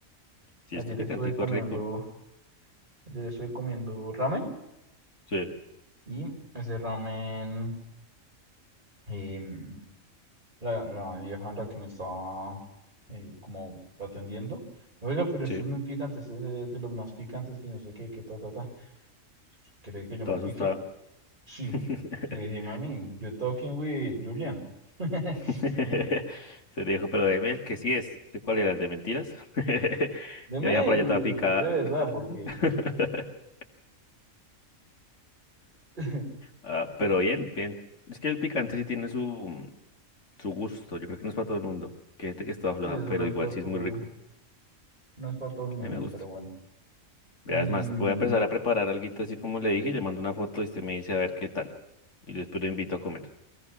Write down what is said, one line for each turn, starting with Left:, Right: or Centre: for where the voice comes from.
Left: sí
Right: ayer
Left: es que el picantico
Right: estuve comiendo,
Left: es rico.
Right: ayer estuve comiendo ramen
Left: Sí,
Right: y ese ramen, em, la, la vieja la que me estaba eh, como atendiendo. Oiga, pero esto
Left: sí,
Right: es muy picante, este es eh, de los más picantes que no sé qué, qué, ta, ta, ta. ¿Cree que yo
Left: toda
Right: me piqué?
Left: asustada.
Right: Sí.
Left: <laughs>
Right: Le dije, mami, you're talking with Julian. <laughs>
Left: <laughs> Se dijo, pero de miel, que sí es. ¿Este cuál era el de mentiras? <laughs>
Right: Deme
Left: Y la vieja por
Right: el,
Left: allá toda
Right: el
Left: picada.
Right: que es de verdad, porque...
Left: <laughs>
Right: <laughs>
Left: Ah, pero bien, bien. Es que el picante sí tiene su, su gusto. Yo creo que no es para todo el mundo. Que hay gente que es toda floja,
Right: Sí, eso
Left: pero
Right: no
Left: igual
Right: es para
Left: sí
Right: todo,
Left: es muy rico.
Right: no es para todo el mundo,
Left: A mí me gusta.
Right: pero bueno. Y
Left: Vea, es más,
Right: mm,
Left: voy a empezar a preparar alguito así como le dije. y Le mando una foto y usted me dice a ver qué tal. Y después lo invito a comer.